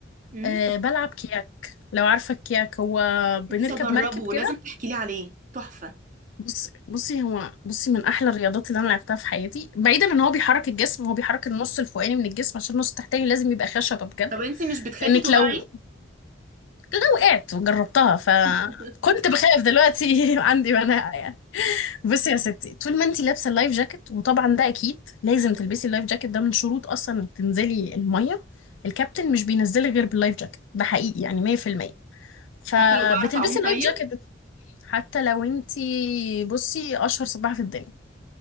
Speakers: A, on the right; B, on the left.
A: امم
B: أه بلعب كياك لو عارفه الكياك هو بنركب
A: نفسي اجربه
B: مركب كده
A: لازم تحكي لي عليه تحفه
B: بص بصي هو بصي من احلى الرياضات اللي انا لعبتها في حياتي بعيدا ان هو بيحرك الجسم هو بيحرك النص الفوقاني من الجسم عشان النص التحتاني لازم يبقى خشبه بجد
A: طب انت مش بتخافي
B: لانك
A: تقعي
B: لو لو وقعت وجربتها فكنت
A: <laughs>
B: بخاف دلوقتي <laughs> عندي مناعه يعني بصي يا ستي طول ما انتي لابسه اللايف جاكيت وطبعا ده اكيد لازم تلبسي اللايف جاكيت ده من شروط اصلا انك تنزلي الميه الكابتن مش بينزلك غير باللايف جاكيت ده حقيقي يعني 100% فبتلبسي
A: حتى لو بعرف اعوم طيب
B: اللايف جاكيت بت- حتى لو انتي بصي اشهر سباحه في الدنيا